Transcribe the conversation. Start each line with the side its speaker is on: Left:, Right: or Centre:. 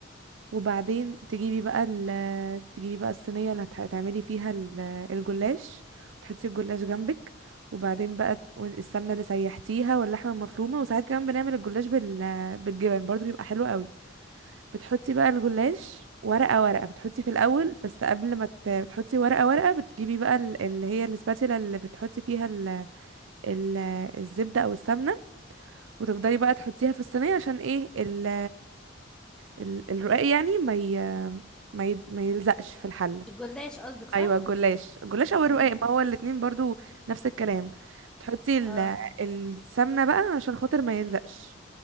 Right: وبعدين تجيبي بقى ال تجيبي بقى الصينيه اللي هت- هتعملي فيها ال- الجلاش وتحطي الجلاش جنبك وبعدين بقى ت- السمنه اللي سيحتيها واللحمه المفرومه وساعات كمان بنعمل الجلاش بال بالجبن برضو بيبقى حلو قوي بتحطي بقى الجلاش ورقة ورقة بتحطي في الأول بس قبل ما ت- بتحطي ورقة ورقة بتجيبي بقى ال- اللي هي الاسباتيلا اللي بتحطي فيها ال... ال... الزبدة أو السمنة وتفضلي بقى تحطيها في الصينية عشان ايه ال... ال... الرقاق يعني ما ي... ما, ي... ما يلزقش في الحلة
Centre: الجلاش قصدك صح؟
Right: أيوة الجلاش الجلاش أو الرقاق
Centre: مم.
Right: ما هو الاتنين برضو نفس الكلام بتحطي ال...
Centre: اه
Right: السمنة بقى عشان خاطر ما يلزقش